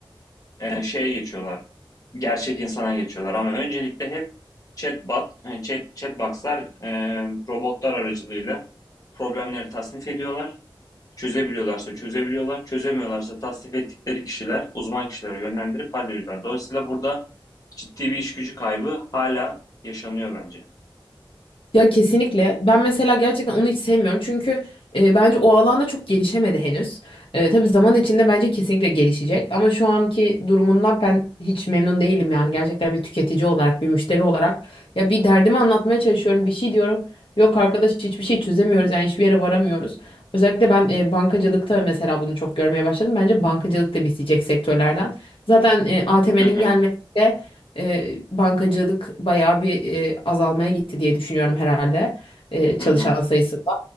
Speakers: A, on the left; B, on the left.
A: e, şeye geçiyorlar. Gerçek insana geçiyorlar ama öncelikle hep chatbot, e, chat, chatbox'lar e, robotlar aracılığıyla problemleri tasnif ediyorlar. Çözebiliyorlarsa çözebiliyorlar, çözemiyorlarsa tasnif ettikleri kişiler, uzman kişileri yönlendirip hallediyorlar. Dolayısıyla burada ciddi bir iş gücü kaybı hala yaşanıyor bence.
B: Ya kesinlikle. Ben mesela gerçekten onu hiç sevmiyorum. Çünkü e, bence o alanda çok gelişemedi henüz. E, tabii zaman içinde bence kesinlikle gelişecek. Ama şu anki durumundan ben hiç memnun değilim yani. Gerçekten bir tüketici olarak, bir müşteri olarak. Ya bir derdimi anlatmaya çalışıyorum, bir şey diyorum. Yok arkadaş hiçbir şey çözemiyoruz yani hiçbir yere varamıyoruz. Özellikle ben e, bankacılıkta mesela bunu çok görmeye başladım. Bence bankacılık da bitecek sektörlerden. Zaten ATM'nin
A: Hı hı,
B: gelmesi e, bankacılık bayağı bir e, azalmaya gitti diye düşünüyorum herhalde e,
A: hı
B: çalışan
A: hı.
B: sayısında.